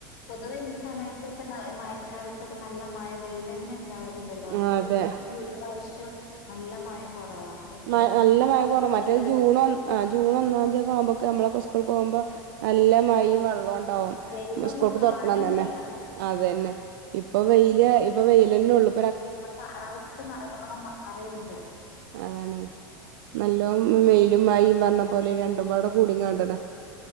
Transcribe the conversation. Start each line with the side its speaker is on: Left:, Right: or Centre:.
Left: പൊതുവെ ഈ സമയത്തൊക്കെ മഴക്കാലത്തൊക്കെ നല്ല മഴ വെയിൻ തന്നെ ഇന്ന് ഉണ്ടാവ- ഇല്ലല്ലോ അതൊക്കൊ
Right: ആ അതെ
Left: വെച്ച് നോക്കുമ്പ ഇപ്രാവശ്യം നല്ല മഴ കൊറവാ. എപ്പളെങ്കിലും
Right: മ നല്ല
Left: പെയ്യുന്ന
Right: മഴ കുറവ മറ്റേ ജൂൺ ജൂൺ ഒന്നാംീയതിയക്കെ ആവുമ്പോ കനമ്മളൊക്കെ സ്കൂൾക്ക് പോകുമ്പോ നല്ല മഴയും വെള്ളം ഉണ്ടാാവും
Left: വെയിലൊന്നും
Right: സ്കൂൾക്
Left: കാണന്നല്ല.
Right: തുറക്കണം തന്നെ അത തന്നെ ഇപ്പൊ വെയില്യ ഇപ്പൊ വെയി നെനൊള്ളൂ
Left: പ്പ കാലാവസ്ഥ നല്ലോണം മാറിണ്ട്.
Right: അതാണേ നല്ലോ
Left: അതെ
Right: മെയിലുമായി വർണ പോലെ രണ്ടുപാടെ കൂടിം കണടെ.